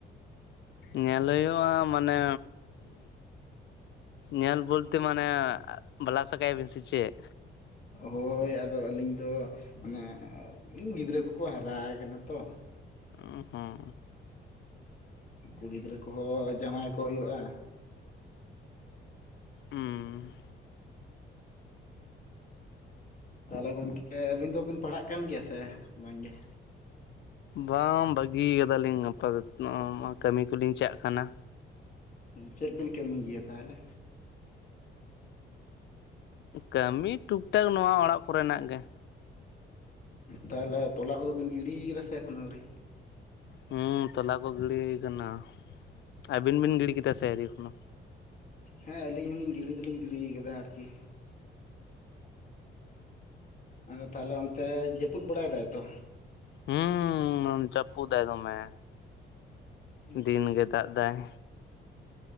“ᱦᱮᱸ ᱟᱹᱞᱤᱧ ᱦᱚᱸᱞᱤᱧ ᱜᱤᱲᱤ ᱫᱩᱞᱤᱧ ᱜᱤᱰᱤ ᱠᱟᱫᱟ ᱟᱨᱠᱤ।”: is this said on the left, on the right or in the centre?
Left